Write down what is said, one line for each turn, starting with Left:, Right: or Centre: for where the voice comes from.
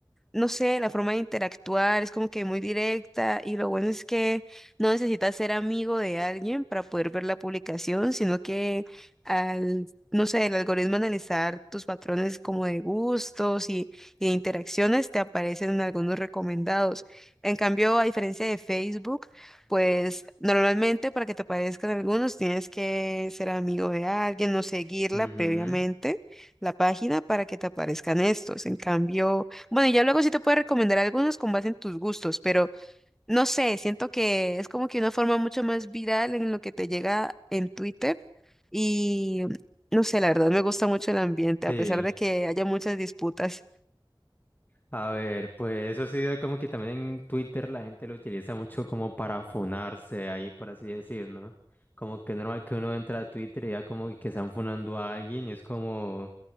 Centre: no sé, la forma de interactuar es como que muy directa y lo bueno es que no necesitas ser amigo de alguien para poder ver la publicación, sino que al, no sé, el algoritmo analizar tus patrones como de gustos y, y de interacciones te aparecen algunos recomendados. En cambio, a diferencia de Facebook, pues normalmente para que te aparezcan algunos tienes que ser amigo de alguien o seguirla
Left: mhm
Centre: previamente la página para que te aparezcan estos. En cambio... Bueno, y ya luego sí te puedo recomendar algunos con base en tus gustos, pero no sé, siento que es como que una forma mucho más viral en lo que te llega en Twitter y no sé, la verdad me gusta mucho el ambiente,
Left: Sí.
Centre: a pesar de que haya muchas disputas.
Left: A ver, pues eso sí, como que también en Twitter la gente lo utiliza mucho como para funarse ahí, por así decir, ¿no? Como que es normal que uno entra a Twitter y ya como que están funando a alguien y es como...